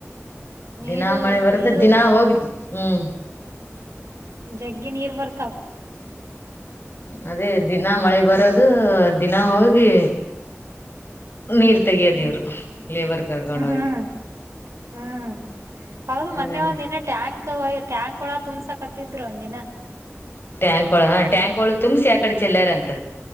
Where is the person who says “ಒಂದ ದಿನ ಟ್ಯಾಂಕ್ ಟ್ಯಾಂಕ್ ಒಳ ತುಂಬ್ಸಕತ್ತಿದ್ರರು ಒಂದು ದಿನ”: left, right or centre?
Right